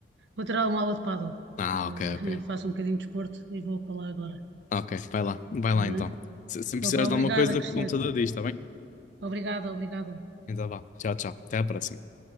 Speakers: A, on the right; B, on the left.
A: Vou ter uma aula de paddle
B: Ah,
A: Eh, <laughs>
B: ok, ok.
A: faço um bocadinho de desporto e vou para lá agora.
B: Ok, vai lá. Vai lá
A: Está
B: então.
A: bem?
B: Se, se
A: Então
B: precisares
A: vá, obrigada,
B: de alguma coisa,
A: Cristiano.
B: o computador diz, está bem?
A: Obrigada, obrigada.
B: Então vá. Tchau, tchau. Até à próxima.